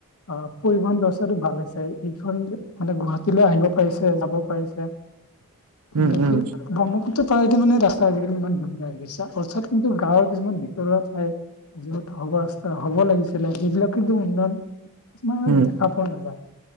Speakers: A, on the left; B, on the right.
A: অ' পৰিবহন ব্যৱস্থাটো ভাল হৈছে, ইখন মানে গুৱাহাটীলৈ আহিব পাৰিছে যাব পাৰিছে।
B: <inaudible>
A: মানে
B: উম
A: কি ব্ৰহ্মপুত্ৰ পাৰেদি মানে ৰাস্তা আজি কালি ইমান ধুনীয়া হৈ গৈছে। অৰ্থাৎ গাঁৱৰ কিছুমান ভিতৰুৱা ঠাই। যিহেতু হ'ব ৰাস্তা হ'ব লাগিছিলে সেইবিলাক কিন্তু উন্নয়ন কিছুমানত
B: উম
A: দেখা পোৱা নাযায়।